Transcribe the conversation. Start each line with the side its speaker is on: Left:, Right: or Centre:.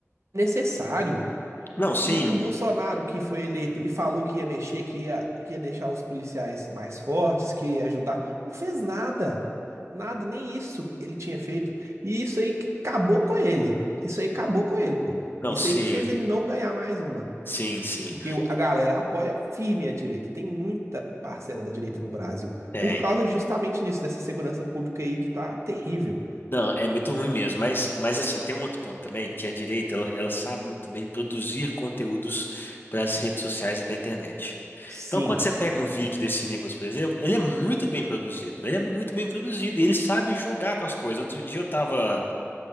Right: necessário.
Left: Não, sim.
Right: E o Bolsonaro que foi eleito e falou que ia mexer, que ia, que ia deixar os policiais mais fortes, que ia ajudar, não fez nada. Nada, nem isso ele tinha feito. E isso aí que acabou com ele. Isso aí acabou com ele, pô.
Left: Não,
Right: Isso
Left: sim.
Right: aí que fez ele não ganhar mais uma.
Left: Sim, sim.
Right: Porque o- a galera apoia firme a direita. Tem muita parcela da direita no Brasil.
Left: Tem.
Right: Por causa justamente disso, dessa segurança pública aí que tá terrível.
Left: Não, é muito ruim mesmo. Mas, mas assim, tem um outro ponto também, que a direita, ela, ela sabe muito bem produzir conteúdos para as redes sociais e para a internet.
Right: Sim.
Left: Então, quando você pega um vídeo desse Nicolas, por exemplo, ele é muito bem produzido. Ele é muito bem produzido. e Ele sabe jogar com as coisas. Outro dia eu tava,